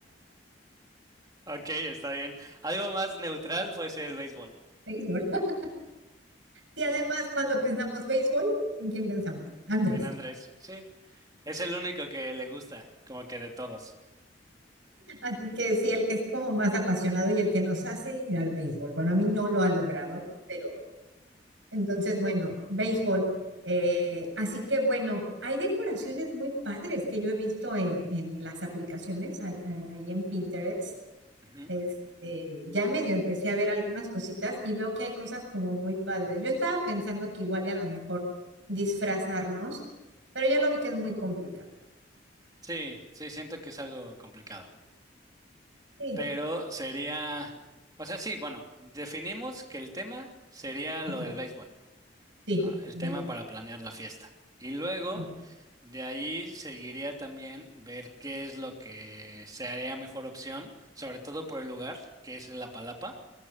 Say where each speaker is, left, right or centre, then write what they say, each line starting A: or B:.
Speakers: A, on the right; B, on the right.
A: Ok, está bien. Algo más neutral puede ser el béisbol,
B: Béisbol. <laughs> Y además, cuando pensamos béisbol, ¿en quién pensamos? Andrés.
A: en Andrés. Sí, es el único que le gusta, como que de todos.
B: Así que sí, el que es como más apasionado y el que nos hace ir al béisbol. Bueno, a mí no lo ha logrado, pero entonces, bueno, béisbol. Eh, así que bueno, hay decoraciones muy padres que yo he visto en, en las aplicaciones, ahí ahí- ahí en Pinterest.
A: Ujú.
B: Este, ya medio empecé a ver algunas cositas y veo que hay cosas como muy padres. Yo estaba pensando que igual y a lo mejor disfrazarnos, pero ya lo vi que es muy complicado.
A: Sí, sí, siento que es algo complicado.
B: Sí,
A: Pero sería, o sea, sí, bueno, definimos que el tema sería lo
B: ujú,
A: del béisbol,
B: sí,
A: ¿no? El
B: béisbol,
A: tema para planear la fiesta. Y luego,
B: sí.
A: de ahí seguiría también ver qué es lo que sería mejor opción, sobre todo por el lugar, que es la Palapa,